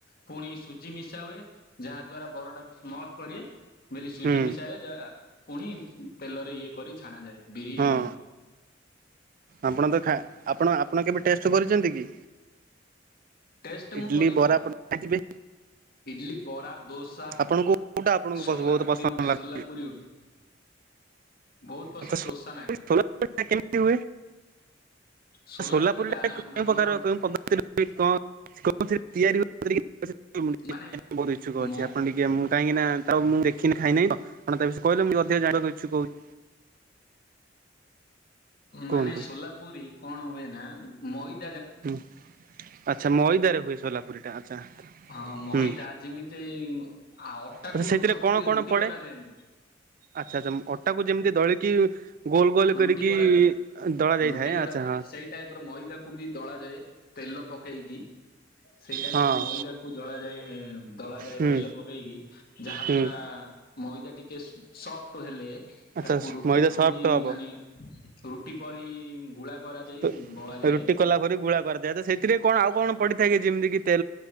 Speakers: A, on the left (about 55°); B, on the right (about 45°).
A: ପୁଣି ସୁଜି ମିଶା ହୁ। ଯାହା ଦ୍ଵାରା ବରଟାକୁ ସ୍ମଥ କରିଏ ବୋଲେ ସୁଜି
B: ହୁଁ
A: ମିଶାଯାଏ। ଯା ପୁଣି ତେଲରେ ଇଏ କରି ଛଣା ଯାଏ ବିରି
B: ହଁ
A: ହ
B: ଆପଣ ତ ଖା ଆପଣ ଆପଣ କେବେ ଟେଷ୍ଟ କରିଛନ୍ତି କି?
A: ଟେଷ୍ଟ
B: ଇଡଲି
A: ମୁଁ କରିଛି
B: ବରା ଖାଇଥିବେ
A: ଇଡଲି ବରା ଦୋସା
B: ଆପଣଙ୍କୁ କୋଉଟା ଆପଣଙ୍କୁ
A: ସୋଲାପୁରୀ
B: ବ ବହୁତ ପସନ୍ଦ
A: ଗୋଟେ ସୋଲାପୁରୀ
B: ଲାଗେ?
A: ଗୋଟେ ବହୁତ ପସନ୍ଦ
B: ଆଛା
A: ଦୋସା ନାଗେ
B: ଛୋଲା ପୁରୀ କେମିତି ହୁଏ?
A: ସୋଲା
B: ସୋଲାପୁରି
A: ପୁରୀ
B: ଟା କେଉଁ
A: ଆମର
B: ପ୍ରକାର କେଉଁ ପଦ୍ଧତିରେ <unintelligible> କେଉଁଥିରେ ତିଆରି ହୁଏ ମତେ ଟିକେ ସେଥିପାଇଁ ମୁ ଟିକେ
A: ମାନେ
B: <unintelligible> ବହୁତ ଇଚ୍ଛୁକ
A: ମୋ
B: ଅଛି। ଆପଣ ଟିକେ ମୁଁ କାହିଁକି ନା ତ ମୁଁ ଦେଖିନି ଖାଇନାହିଁ ତ ଆପଣ ତା ବିିସ କହିଲେ ମୁଁ ଅଧିକା ଜାଣିବାକୁ ଇଛୁକ ହୋଉଛି। କୁହନ୍ତୁ
A: ମାନେ ସୋଲାପୁରୀ କଣ ହୁଏ ନା ମଇ
B: ହୁଁ ଆଚ୍ଛା ମଇଦାରେ ହୁଏ ସୋଲାପୁରୀ ଟା ଆଚ୍ଛା।
A: ହଁ ମଇଦା
B: ହୁଁ
A: ଯେମିତି ଆ ଅଟାକୁ
B: ଆଚ୍ଛା ସେଥିରେ
A: ଚକୁଟି
B: କଣ କଣ
A: ରୁଟି
B: ପଡେ?
A: କରାଯାଏନି
B: ଆଚ୍ଛା ଆଛା ଅମ୍ ଅଟାକୁ ଯେମିତି ଦଳିକି ଗୋଲ ଗୋଲ
A: ରୁଟି
B: କରିକି
A: କରାଯାଏ।
B: ଦଳା ଯାଇଥାଏ
A: ରୁଟି କରାଯାଏ
B: ଆଛା।
A: ସେଇ ଟାଇପ ର ମଇଦା କୁ ବି ଦଳା ଯାଏ ତେଲ ପକେଇକି ସେଇ ଟାଇପ
B: ହଁ
A: ର ମଇଦାକୁ ଜଳାଯାଏ ଏମ୍ ଦଳାଯାଏ
B: ହୁଁ
A: ତେଲ ପକେଇକି ଯାହା
B: ହୁଁ।
A: ଦ୍ୱାରା ମଇଦା ଟିକେ ସଫ୍ଟ ହେଲେ
B: ଆଚ୍ଛା
A: ତାକୁ ରୁଟି
B: ମଇଦା
A: ପରି
B: ସଫ୍ଟ ହବ
A: ମାନେ ରୁଟି ପରି ଗୁଳା କରାଯାଇ
B: ତ
A: ବଳାଯାଏ।
B: ରୁଟି କଲାପରି ଗୁଳା କରାଯାଏ ତ ସେଥିରେ କଣ ଆଉ କଣ ପଡିଥାଏ କି ଯେମିତି କି ତେ?